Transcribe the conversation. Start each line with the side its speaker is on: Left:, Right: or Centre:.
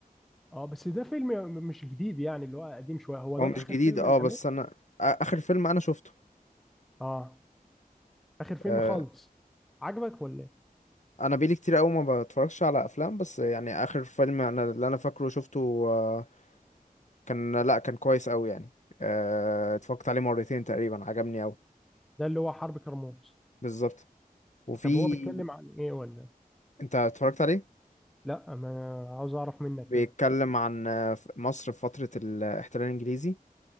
Centre: اه بس ده فيلم مش جديد يعني اللي هو قديم شوية هو
Left: هو
Centre: ده
Left: مش
Centre: اخر
Left: جديد
Centre: فيلم
Left: اه
Centre: الامير
Left: بس انا آ- اخر فيلم انا شفته
Centre: اه اخر فيلم
Left: آه،
Centre: خالص عجبك ولا ايه
Left: انا بقالي كتير قوي ما بتفرجش على افلام بس يعني اخر فيلم انا اللي انا فاكره شفته آه، كان لا كان كويس قوي يعني آه، اتفرجت عليه مرتين تقريبا عجبني قوي
Centre: ده اللي هو حرب كرموز
Left: بالظبط وفي
Centre: طب هو بيتكلم عن ايه ولا
Left: انت اتفرجت عليه
Centre: لا ما عاوز اعرف منك
Left: بيتكلم
Centre: كده
Left: عن آه، ف- مصر في فترة الاحتلال الانجليزي